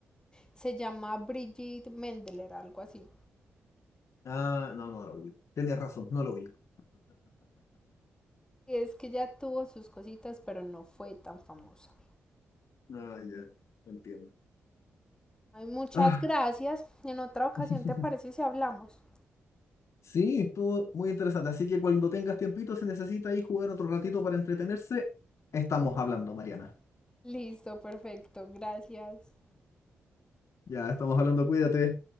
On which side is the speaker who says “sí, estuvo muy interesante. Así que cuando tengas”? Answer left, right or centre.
Left